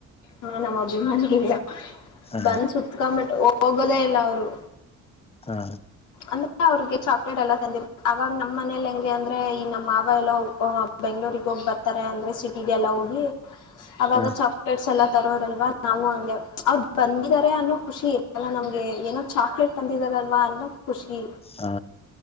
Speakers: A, on the left; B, on the left.
A: ಹಾ ನಮ್ಮ್ ಅಭಿಮಾನಿ ಇಲ್ಲ
B: ಹ
A: ಬಂದ್ ಸಟ್ಕ ಮಟ್, ಹೋಗೋದೇ ಇಲ್ಲ ಅವರು
B: ಹಾ
A: ಅಂದ್ರೆ ಅವ್ರಿಗೆ ಚಾಕ್ಲೇಟ್ ಎಲ್ಲ ತಂದಿರ್ ಅವಾಗ ನಮ್ಮ್ ಮನೇಲಿ ಹೆಂಗೆ ಅಂದ್ರೆ ಈ ನಮ್ಮ್ ಮಾವ ಎಲ್ಲೋ ಬೆಂಗ್ಗಳೂರಿಗೆ ಹೋಗ್ ಬರ್ತ ಇಾರೆ ಅಂದ್ರೆ ಸಿಟಿಗೆಲ್ಲ ಹೋಗಿ ಆಾಗ
B: ಹ
A: ಚಾಕಲೇಟ್ ಸಲಾಾದ್ ತರೋರಲ್ವಾ ನಾವು ಹಂಗೆ ಅವರು ಬಂದಿದ್ದಾರೆ ಅನ್ನೋ ಖುಷಿ ಇ ನಮ್ಗೆ ಏನೋ ಚಾಕ್ಲೇಟ್ ತಂದಿದಾರಲ್ವಾ ಅನ್ನೋ ಖುಷಿ
B: ಹಾ